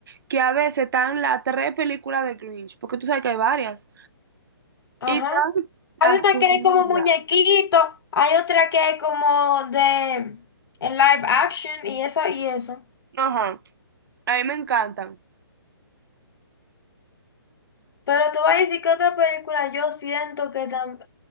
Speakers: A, on the right; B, on the left.
A: que a veces están las tres películas de Grinch, porque tú sabes que hay varias.
B: Ajá.
A: Y están
B: Hay
A: así,
B: una que es como
A: ya.
B: muñequito, hay otra que es como de en live action y eso y eso.
A: Ajá, a mí me encantan.
B: Pero tú vas a decir que otra película yo siento que también...